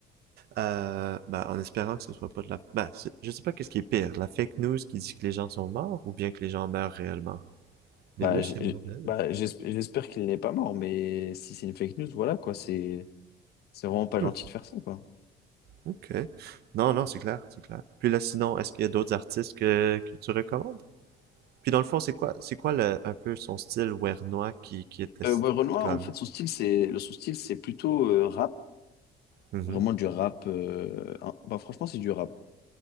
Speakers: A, on the right (about 70°); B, on the left (about 70°).
A: Euh, bah, en espérant que ce soit pas de la... Bah, c'est- je sais pas qu'est-ce qui est pire, la fake news qui dit que les gens sont morts ou bien que les gens meurent réellement. Les
B: Bah,
A: deux,
B: j'ai-
A: c'est mauvais.
B: bah, j'esp- j'espère qu'il n'est pas mort, mais si c'est une fake news, voilà quoi, c'est, c'est vraiment pas
A: Hmm,
B: gentil de faire ça quoi.
A: ok. Non, non, c'est clair, c'est clair. Puis là, sinon, est-ce qu'il y a d'autres artistes que, que tu recommandes? Puis dans le fond, c'est quoi, c'est quoi le, un peu son style wernois qui, qui était s-
B: Euh, ouais, Renoir,
A: comme...
B: en fait, son style, c'est le- son style, c'est plutôt euh, rap,
A: Mhm,
B: vraiment du rap. euh, hein. Bah, franchement, c'est du rap.